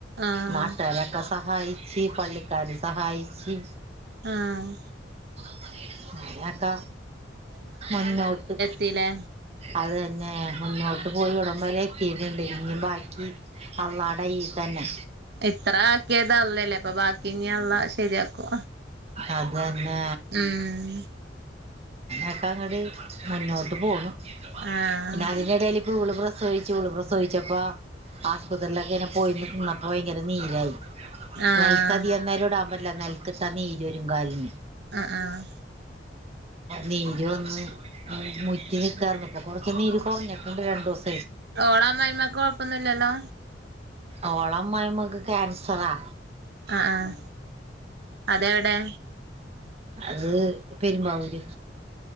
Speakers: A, on the right; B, on the right.
A: ആഹ്
B: നാട്ടാരൊക്കെ സഹായിച്ച് പള്ളിക്കാര് സഹായിച്ച്
A: ആഹ്
B: <unintelligible> ങ്ങട് മുന്നോട്ട്
A: പിന്നെ
B: അതന്നെ മുന്നോട്ട് പോയി ഇവിടം വരെ എത്തി ഇനി എന്തേലും ഉണ്ടോ ബാക്കി അള്ളാട കയിൽതന്നെ
A: ഇത്ര ആക്കിയത് അള്ളല്ലേ അപ്പൊ ബാക്കി ഇനി അള്ള ശെരിയാക്കു
B: അതന്നെ
A: ഉം
B: ഒക്കെഅങ്ങോട്ട് മുന്നോട്ട് പോന്നു
A: ആഹ്
B: പിന്നെ അതിനിടേൽ വീണ്ടും പ്ര പ്രസവിച്ചു ഓള് പ്രസോവിച്ചപ്പോ ആശുപത്രിയിലൊക്കെ ഇങ്ങെ പോയിന്ന് ന്നപ്പോ ഭയങ്കര നീരായി
A: ആഹ്
B: നെൽത്തധികനേരം ഇടാൻ പാടില്ല നെൽത്തിട്ടനീര്വരും കാലിന്തന്ന ഈജൊരും കാലിന്
A: ആഹ് ആഹ്
B: നീര് വന്ന് മുറ്റി നിക്കാന്ന് ഇപ്പൊ കൊറച്ച് നീര് കൊറഞ്ഞിട്ടുണ്ട് രണ്ടു ദിവസം
A: ഓള അമ്മായിമാക്ക് കൊഴപ്പൊന്നുംല്ലല്ലോ
B: ഓള അമ്മായിമ്മക്ക് ക്യാൻസറാ
A: ആഹ് ആഹ് അതെവിടെ
B: അത് പെരുമ്പാവൂര്